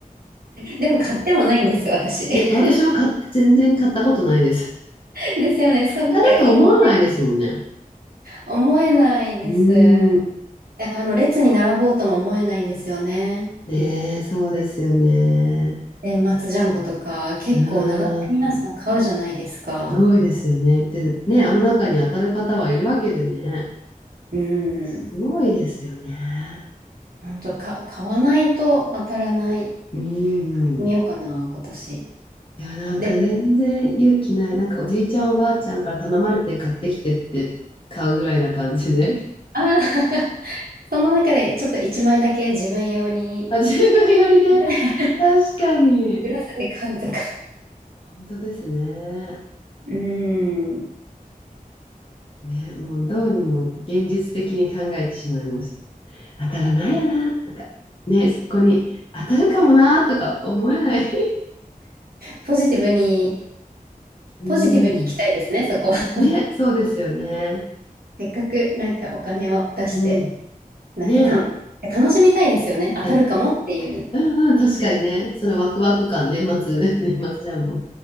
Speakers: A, on the right (about 85°); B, on the left (about 35°).
A: でも買ってもないんです、私。
B: ね、
A: <laughs>
B: 私も買って全然買ったことないです。
A: ですよね。そう、
B: 当たると思わないですもんね。
A: なんか言いません。思えないです。
B: うーん。
A: であの、列に並ぼうとも思えないんですよね。
B: ねえ、そうですよね。
A: 年末ジャンボとか、結構並んで皆さん買うじゃないですか。
B: うーん。すごいですよね。で、ね、あの中に当たる方はいるわけでね。
A: う
B: すごいですよね。
A: ん。本当か、買わないと当たらない。
B: うー
A: 見ようかな、
B: ん。
A: 今年。
B: いや、なんか全然勇気ない。
A: で、
B: なんかおじいちゃんおばあちゃんから頼まれて買ってきてって買うぐらいな感じで。
A: ああ <laughs> その中でちょっと1枚だけ自分用に
B: <laughs> あ、自分よりね。
A: <laughs>
B: 確かに。
A: 裏スで買うとか。
B: 本当ですね。
A: <laughs> うん。
B: ね、もうどうにも現実的に考えてしまいました。当たらないよな、なんか、ね、そこに当たるかもなとか思えない。
A: ポジティブに、
B: <laughs> うん。
A: ポジティブに行きたいですね、そこは。<laughs>
B: ね、そうですよね。
A: せっかくなんかお金を出して、
B: うん。
A: なんかた、
B: ね、
A: 楽しみたいですよね。当たるかもっていう。
B: うんうんうん、確かにね、そのワクワク感、年末 <laughs>、年末ジャンボ。